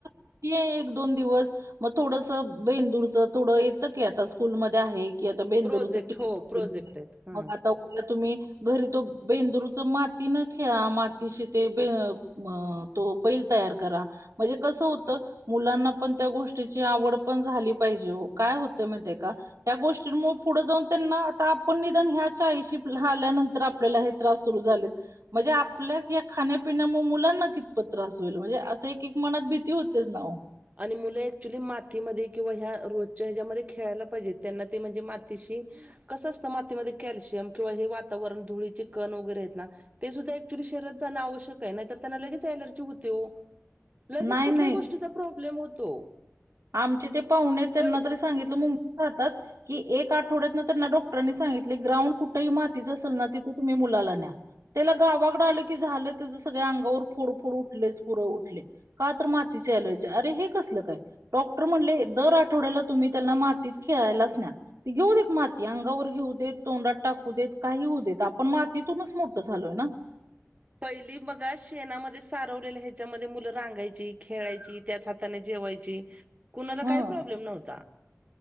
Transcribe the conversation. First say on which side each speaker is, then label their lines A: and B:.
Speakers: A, on the right; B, on the right.
A: की आहे एक दोन दिवस, मग थोडस बेंदूरच थोडं, येतं की आता स्कूलमध्ये आहे. कि आता बेंदुरूच
B: प्रोजेक्ट
A: किंवा
B: हो प्रोजेक्ट आहेत हा
A: मग आता उद्या तुम्ही, घरी तो बेंदूरूच माती न खेळा, मातीशी ते बर म, तो बैल तयार करा, म्हणजे कसं होतं, मुलांना पण त्या गोष्टीची आवड पण झाली पाहिजे ओ, काय होतय माहितय का, या गोष्टींमुळे पुढं जाऊन त्यांना, आता आपण निदान ह्या चाळीशी आल्यानंतर आपल्याला हे. त्रास सुरू झालेय, म्हणजे आपल्या ह्या खाण्यापिण्या मुळे मुलांना किती. पण त्रास होईल म्हणजे असं एक एक मनात भीती होतेच नावो.
B: आणि मुलं ऍक्च्युली मातीमध्ये किंवा ह्या रोजच्या ह्याच्यामध्ये खेळायला पाहिजेत त्यांना ते म्हणजे मातीशी कसं असतं मातीमध्ये कॅल्शियम किंवा हे वातावरण धुळीचे कण वगैरे आहेत ना ते सुद्धाऍक्चुली शरीरात जाण आवश्यक का नाही तर त्यांना लगेच एलर्जी होते ओ लगेच
A: नाही
B: कुठल्याही
A: नाही
B: गोष्टीचा प्रॉब्लेम होतो.
A: आमचे ते पाहुणे आहेत त्यांना
B: पै
A: तरी सांगितलं मुंबईत राहतात. कि एक आठवड्यात ना त्यांना डॉक्टरांनी सांगितलय ग्राउंड कुठेही मातीच असेल ना तिथं तुम्ही मुलाला न्या. त्याला गावाकड आलं की झालं त्याच सगळ्या अंगावर फोडफोड उठलेच पुरळ उठले. का तर मातीची एलर्जी अरे हे कसलं काय. डॉक्टर म्हणले दर आठवड्याला तुम्ही त्यांना मातीत खेळायलाच न्या. ती घेऊ देत माती अंगावर घेऊ देत तोंडात टाकू देत काही होऊ देत आपण मातीतूनच मोठं झालोय ना.
B: पहिली बघा शेणामध्ये सारवलेलं ह्याच्यामध्ये मुलं रांगायची खेळायची त्याच हाताने जेवायची कुणाला काही
A: हं
B: प्रॉब्लेम नव्हता.